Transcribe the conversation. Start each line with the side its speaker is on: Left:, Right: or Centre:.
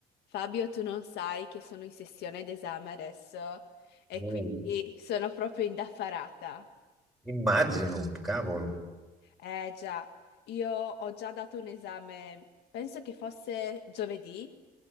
Left: Fabio, tu non sai che sono in sessione d'esame adesso e
Centre: Uh,
Left: quindi sono proprio indaffarata.
Centre: immagino, cavolo.
Left: Eh già, io ho già dato un esame, penso che fosse giovedì